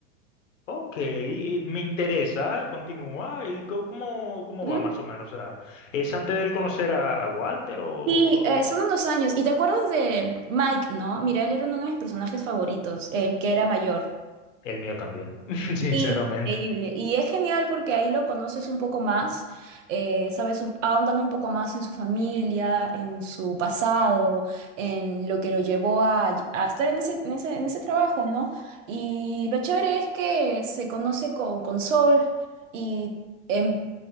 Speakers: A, on the left; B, on the right.
A: Ok, eh, me interesa, continúa. ¿Y co- cómo, cómo
B: Ujú.
A: va más o menos? O sea, ¿es antes de él conocer a Walter o o
B: Sí, eh, son unos años. ¿Y te acuerdas de Mike, no? Mira, él era uno de mis personajes favoritos, el que era mayor.
A: el mío también? <laughs> Sinceramente.
B: Sí, increíble. Y es genial porque ahí lo conoces un poco más, eh, sabes, un- ahondando un poco más en su familia, en su pasado, en lo que lo llevó a, a estar en ese, en ese, en ese trabajo, ¿no? Y lo chévere es que se conoce con, con Sol y em,